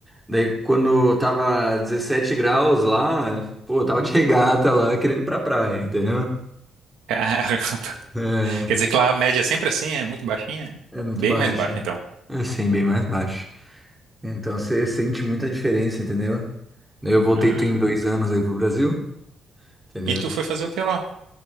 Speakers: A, in the centre; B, on the right (about 85°).
A: Daí quando tava 17 graus lá, pô, eu tava de regata lá querendo ir pra praia, entendeu?
B: Caramba. <laughs>
A: É,
B: Quer dizer que lá a média é sempre assim, é muito baixinha? é?
A: é muito
B: Bem
A: baixo.
B: mais baixa, então.
A: Assim, bem mais baixo. Então você sente muita diferença, entendeu? Daí Eu voltei
B: Ah,
A: tu em dois anos aí pro Brasil, entendeu?
B: e tu foi fazer o que lá?